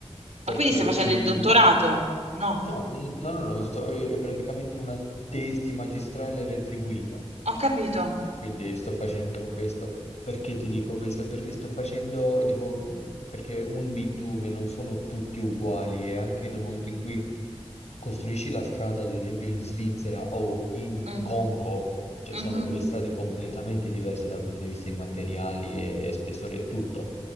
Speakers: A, on the left (about 90°); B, on the right (about 85°).
A: Perché
B: quindi stai facendo
A: ti...
B: il dottorato? No,
A: No, n- no, no, no, sto- è praticamente una tesi magistrale retribuita.
B: ho capito.
A: Quindi sto facendo questo. Perché ti dico questo? Perché sto facendo, tipo, mh, perché un bitume non sono tutti uguali e anche nel momento in cui costruisci la strada, ad esempio in Svizzera o in
B: Mm,
A: Congo, cioè
B: mhm,
A: sono due strade completamente diverse dal punto di vista dei materiali e, e spessore e tutto.